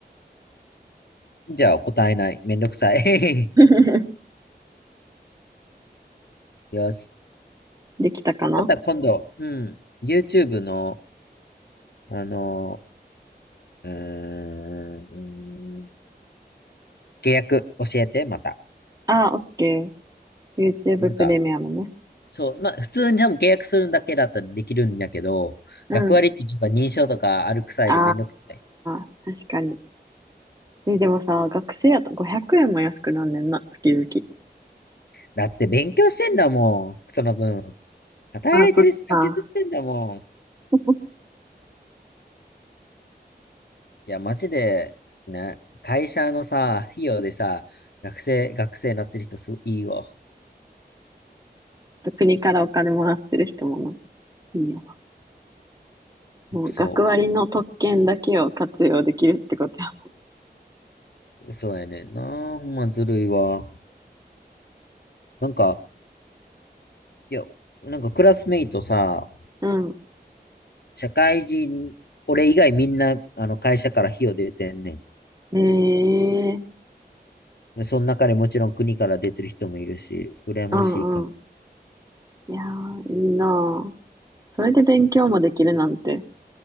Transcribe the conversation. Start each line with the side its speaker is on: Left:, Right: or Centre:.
Left: ん。じゃあ、答えない。めんどくさい。
Right: <laughs>
Left: <laughs> よし。
Right: できたかな
Left: また今度、うん。YouTube の、あのうーん、契約教えて、また。
Right: ああ、オッケー。YouTube
Left: なんか、
Right: プレミアムね。
Left: そう、まあ、普通に多分契約するだけだったらできるんだけど、
Right: うん。
Left: 学割ってなんか認証とかあるくさいでめんどくさい。
Right: ああ、確かに。え、でもさ、学生やと500円も安くなんねんな、月々。
Left: だって勉強してんだもん、その分。働いてる時間削ってんだもん。
Right: ああ、そっか。
Left: い
Right: <laughs>
Left: や、マジで、ね、会社のさ、費用でさ、学生、学生なってる人すごいいいわ。
Right: 国からお金もらってる人もな。いいよな。もう学割の特権だけを活用できるってことや。
Left: そう、そうやねんな。ほんまずるいわ。なんか、いや、なんかクラスメイトさ、
Right: うん。
Left: 社会人、俺以外みんな、あの、会社から費用出てんねん。
Right: ええ
Left: その中でもちろん国から出てる人もいるし、羨ましいか。
Right: うんうん。いやー、いいなあ。それで勉強もできるなんて